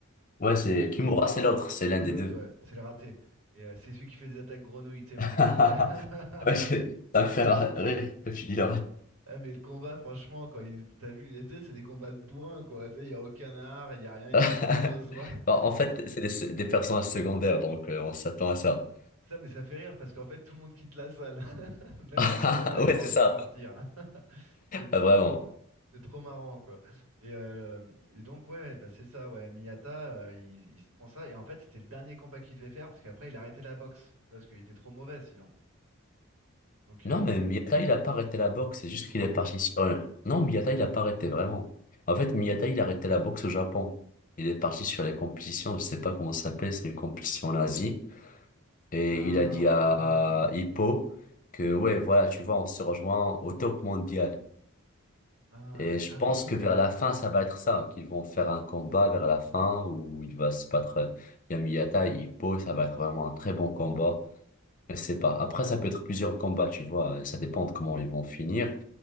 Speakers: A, on the left (about 40°); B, on the right (about 85°).
A: Ouais,
B: qui s'est
A: c'est...
B: battu contre
A: Kimura,
B: l'autre.
A: c'est l'autre. C'est l'un
B: C'est
A: des
B: l'autre,
A: deux.
B: ouais, c'est le raté. Et euh, c'est celui qui fait des attaques grenouilles, tu sais,
A: <laughs>
B: ou les combats. <laughs>
A: Ouais, je- ça me fait rire que tu dis là.
B: Ah mais le combat franchement quand ils t'as vu tu sais c'est des combats de bourrin quoi tu sais il y a aucun art il y a rien ils
A: <laughs>
B: se mettent des grosses droites
A: Bon, en
B: et
A: fait, c'est des, des personnages secondaires, donc euh, on s'attend à ça.
B: ça mais ça fait rire parce qu'en fait tout le monde quitte la salle <laughs> même
A: <laughs>
B: l'entraîneur il
A: Ouais,
B: a envie
A: c'est ça.
B: de partir <laughs> c'était
A: Ah, Vraiment.
B: c'était trop marrant quoi et, euh, et donc ouais bah c'est ça ouais Miyata euh, il, il se prend ça et en fait c'était le dernier combat qu'il devait faire parce qu'après il a arrêté la boxe tu vois parce qu'il était trop mauvais sinon donc
A: Non,
B: euh, il
A: mais
B: s'est
A: Miyata, il a pas arrêté la boxe, c'est juste
B: tu crois?
A: qu'il est parti sur un... Non, Miyata, il a pas arrêté vraiment. En fait, Miyata, il a arrêté la boxe au Japon. Il est parti sur les compétitions, je sais pas comment ça s'appelle, c'est une compétition en Asie. Et
B: Ah
A: il a dit à
B: oui
A: Hippo que, ouais, voilà, tu vois, on se rejoint au top mondial.
B: ah
A: Et
B: d'accord
A: je
B: ah
A: pense
B: oui
A: que vers
B: t'as raison
A: la fin, ça va être ça, qu'ils vont faire un combat vers la fin où il va se battre il y a Miyata et Hippo, ça va être vraiment un très bon combat. Je sais pas. Après, ça peut être plusieurs combats, tu vois, ça dépend de comment ils vont finir.